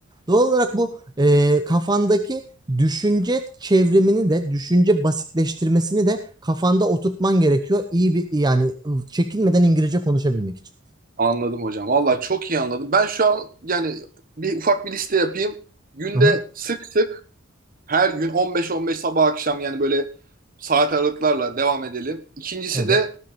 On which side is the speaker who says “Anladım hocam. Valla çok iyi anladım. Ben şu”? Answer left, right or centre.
Right